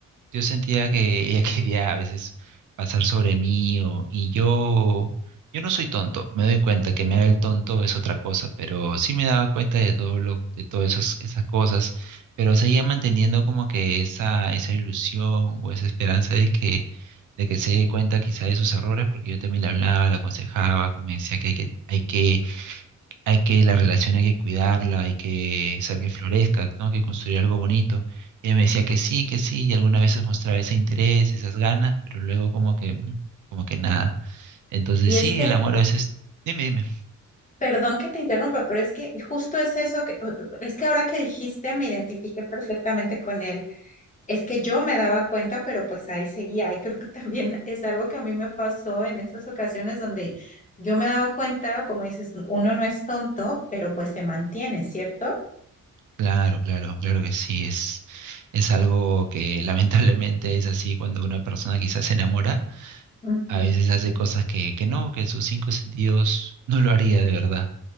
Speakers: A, on the right; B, on the left.
A: Yo sentía que ella <laughs> quería a veces pasar sobre mí o, y yo, yo no soy tonto, me doy cuenta que me haga el tonto es otra cosa, pero sí me daba cuenta de todo lo, de todas esas, esas cosas, pero seguía manteniendo como que esa, esa ilusión o esa esperanza de que, de que se dé cuenta quizá de sus errores, porque yo también le hablaba, le aconsejaba, como me decía que hay que, hay que hay que, la relación hay que cuidarla, hay que hacer que florezca, ¿no? que construir algo bonito. Y ella me decía que sí, que sí, y algunas veces mostraba ese interés, esas ganas, pero luego como que, mm, como que nada. Entonces
B: Y
A: sí,
B: es que
A: el amor a veces, dime, dime.
B: Perdón que te interrumpa, pero es que justo es eso que, es que ahora que dijiste me identifiqué perfectamente con él. Es que yo me daba cuenta, pero pues ahí seguía. Y creo que también <laughs> es algo que a mí me pasó en esas ocasiones donde yo me daba cuenta, como dices, uno no es tonto, pero pues se mantiene, ¿cierto?
A: Claro, claro, claro que sí, es, es algo que <laughs> lamentablemente es así cuando una persona quizás se enamora,
B: Ujú.
A: a veces hace cosas que, que no, que sus cinco sentidos no lo haría de verdad.